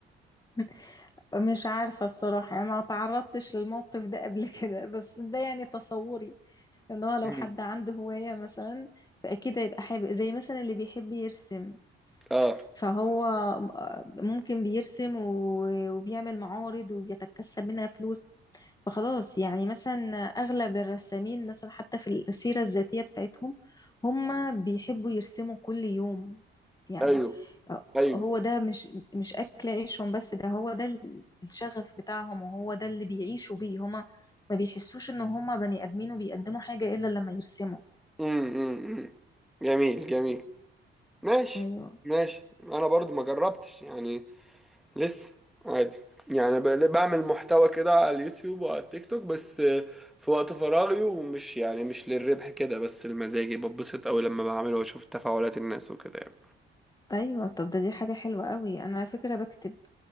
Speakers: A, on the left; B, in the centre.
A: <laughs> مش عارفة الصراحة يعني ما تعرضتش للموقف ده قبل كده بس ده يعني تصوري ان هو لو
B: مم.
A: حد عنده هواية مثلا فأكيد هيبقى حابب زي مثلا اللي بيحب يرسم
B: اه
A: فهو ممكن بيرسم و- وبيعمل معارض وبيتكسب منها فلوس فخلاص يعني مثلا أغلب الرسامين مثلا حتى في السيرة الذاتية بتاعتهم هما بيحبوا يرسموا كل يوم يعني
B: ايوه ايوه
A: هو ده مش مش أكل عيشهم بس ده هو ده الشغف بتاعهم وهو ده اللي بيعيشوا بيه هما ما بيحسوش إن هما بني آدمين وبيقدموا حاجة إلا لما يرسموا
B: امم امم أمم. جميل جميل ماشي
A: أيوه
B: ماشي انا برضو ما جربتش يعني لسه عادي يعني ب- بعمل محتوى كده على اليوتيوب وعلى التيك توك بس في وقت فراغي ومش يعني مش للربح كده بس المزاجي ببسط قوي لما بعمله واشوف تفاعلات الناس وكده يعني
A: أيوه طب ده دي حاجة حلوة قوي أنا على فكرة بكتب